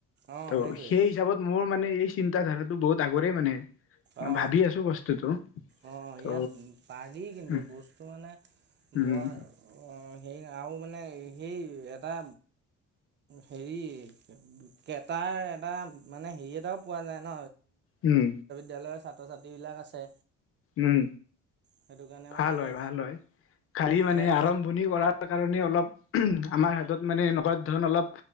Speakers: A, on the right; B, on the left.
A: অঁ
B: ত'
A: সেইটোৱেই
B: সেই হিচাপত মোৰ মানে এই চিন্তাধ ধাৰাটো বহুত আগৰেই মানে।
A: অ
B: ভাবি আছো বস্তুটো
A: অ
B: ত'
A: ইয়াত পাৰি, কিন্তু
B: উম
A: বস্তু মানে
B: উম
A: বৰ অ হেৰি আৰু মানে সেই এটা হেৰি কেটাৰ এটা মানে হেৰি এটাও পোৱা যায় ন।
B: উম।
A: বিদ্যালয়ৰ ছাত্ৰ ছাত্ৰী বিলাক আছে।
B: উম।
A: সেইটো কাৰণে
B: ভাল
A: মানে এইটো
B: হয়, ভাল হয়, গড়ী মানে
A: ইয়াত
B: আৰম্ভণি কৰাৰ কাৰণে অলপ আমাৰ হাতত মানে এনেকুৱা ধৰন অলপ